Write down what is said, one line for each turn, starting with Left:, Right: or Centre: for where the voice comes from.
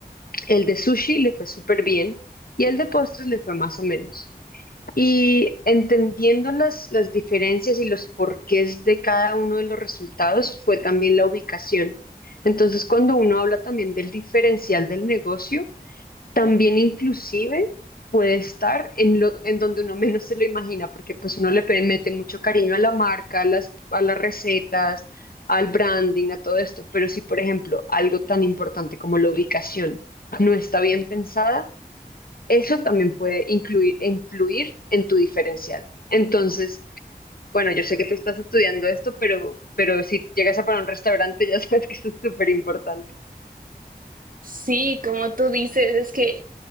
Left: el de sushi le fue súper bien y el de postres le fue más o menos. Y entendiendo las, las diferencias y los porqués de cada uno de los resultados fue también la ubicación. Entonces, cuando uno habla también del diferencial del negocio, también inclusive puede estar en lo, en donde uno menos se lo imagina, porque pues uno le pe- mete mucho cariño a la marca, a las, a las recetas, al branding, a todo esto. Pero si, por ejemplo, algo tan importante como la ubicación no está bien pensada, eso también puede incluir, influir en tu diferencial. Entonces, bueno, yo sé que tú estás estudiando esto, pero, pero si llegas a para un restaurante, ya <laughs> sabes que eso es súper importante.
Right: Sí, como tú dices, es que